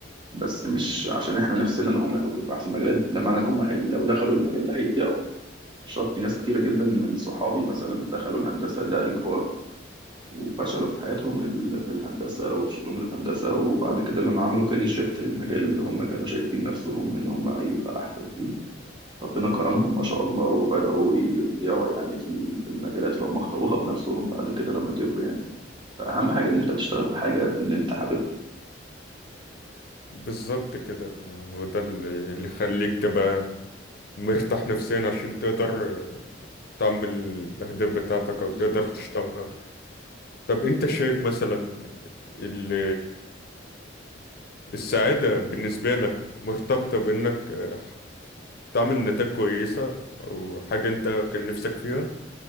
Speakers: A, on the right; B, on the left.
A: بس مش عشان احنا نفسنا ان هم يحققوا في احسن مجالات ده معنى ان هم هي لو دخلوا المجال ده هيبدعوا مش شرط في ناس كتيره جدا من صحابي مثلا دخلوا الهندسه ده اجبار وفشلوا في حياتهم ال- في الهندسه وفي شغلهم اللي في هندسه وبعد كده لما عملوا كارير شيفت للمجال اللي هم كانوا شايفين نفسهم ان هم هيبقى احسن فيه ربنا كرمهم ما شاء الله وبداوا يبدعوا يعني في ال- في المجالات اللي هم اختاروها بنفسهم بعد كده لما كبروا يعني فأهم حاجة إن أنت تشتغل في حاجة إن أنت حاببها
B: بالظبط كده آه، هو ده اللي اللي يخليك تبقى مرتاح نفسيا عشان تقدر آه، تعمل الأهداف بتاعتك أو
A: بالظبط
B: تقدر تشتغل طب أنت شايف مثلا ال- السعادة بالنسبة لك مرتبطة بإنك آه، تعمل نتائج كويسة أو حاجة أنت كان نفسك فيها